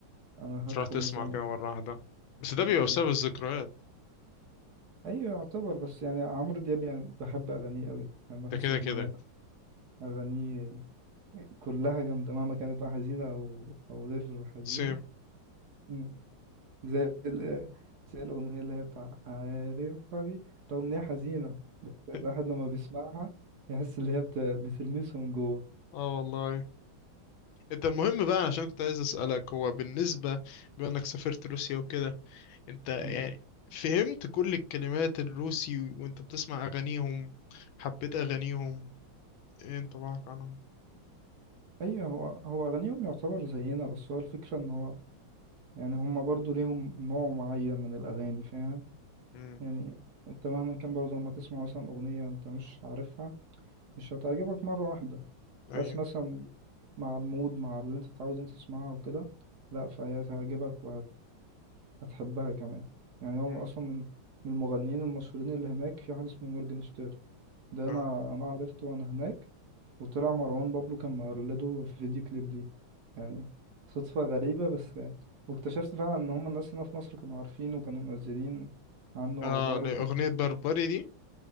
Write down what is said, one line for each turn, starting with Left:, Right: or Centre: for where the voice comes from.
Right: أنا
Left: تروح
Right: هدخل
Left: تسمع
Right: مثلا
Left: كده مره واحده بس ده
Right: بالظبط
Left: بيبقى بسبب الذكريات
Right: أيوة يعتبر بس يعني عمرو دياب يعني بحب أغانيه أوي يعني بحس
Left: ده كده
Right: اللي
Left: كده
Right: هو أغانيه كلها جامدة مهما كانت بقى حزينة أو أو غير حزينة
Left: سيم
Right: مم. زي ال- زي الأغنية اللي هي بتاع عارف حبيبي رغم إن هي حزينة بس الواحد
Left: <laughs>
Right: لما بيسمعها يحس اللي هي بت- بتلمسه من جوه
Left: اه والله انت المهم بقى عشان كنت عايز اسالك هو بالنسبه بما انك سافرت روسيا وكده انت يعني
Right: مم.
Left: فهمت كل الكلمات الروسي وانت بتسمع اغانيهم حبيت اغانيهم ايه انطباعك عنهم
Right: أيوه هو هو أغانيهم يعتبر زينا بس هو الفكرة إن هو يعني هما برضو ليهم نوع معين من الأغاني فاهم
Left: امم
Right: يعني أنت مهما كان برضه لما تسمع مثلا أغنية أنت مش عارفها مش هتعجبك مرة واحدة
Left: ايوه
Right: بس مثلا مع المود مع اللي أنت تعود أنت تسمعها وكده لأ فهي تعجبك هتحبها كمان يعني هو
Left: مم.
Right: اصلا من من المغنيين المشهورين اللي هناك في حد اسمه مورجنشتيرن ده انا
Left: اه
Right: انا عرفته وانا هناك وطلع مروان بابلو كان مقلده في فيديو كليب ليه يعني صدفة غريبة بس واكتشفت فعلا ان هم الناس هنا في مصر كانوا عارفين وكانوا منزلين عنه
Left: اه
Right: اخبار
Left: لأغنية
Right: وكده
Left: بربري دي